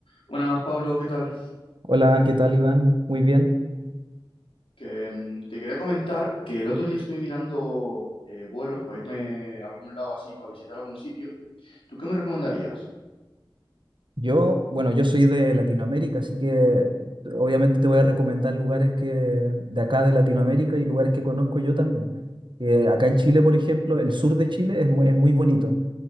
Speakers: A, on the left; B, on the right.
A: Buenas, Pablo, ¿qué tal?
B: Hola, ¿qué tal, Iván? Muy bien.
A: Que mm, te quería comentar que el otro día estuve mirando eh, vuelos para irme a algún lado así, para visitar algún sitio. ¿Tú qué me recomendarías?
B: Yo, bueno, yo soy de Latinoamérica, así que obviamente te voy a recomendar lugares que de acá de Latinoamérica y lugares que conozco yo también. Eh, acá en Chile, por ejemplo, el sur de Chile es muy, es muy bonito.